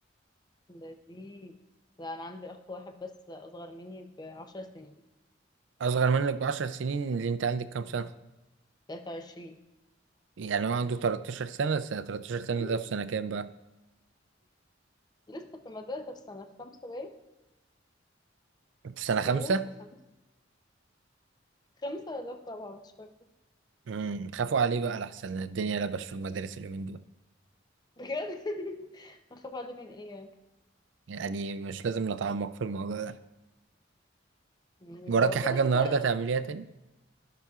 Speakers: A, on the left; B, on the right.
A: لذيذ لا انا عندي اخ واحد بس اصغر مني بعشر سنين
B: اصغر منك بعشر سنين اللي انت عندك كام
A: مم.
B: سنه
A: 23
B: يعني هو عنده 13 سنه س- 13 سنه
A: مم.
B: ده في سنه كام بقى
A: لسه في المدرسة في سنة خمسة باين
B: في سنه خمسة
A: تقريبا في خمسة خمسة ولا في رابعة مش فاكرة
B: امم خافوا عليه بقى لحسن الدنيا لبش في المدارس اليومين دول
A: بجد <laughs> اخاف عليه من ايه يعني
B: يعني مش لازم نتعمق في الموضوع ده
A: مم،
B: وراكي
A: هو كده
B: حاجه النهارده
A: كده
B: تعمليها تاني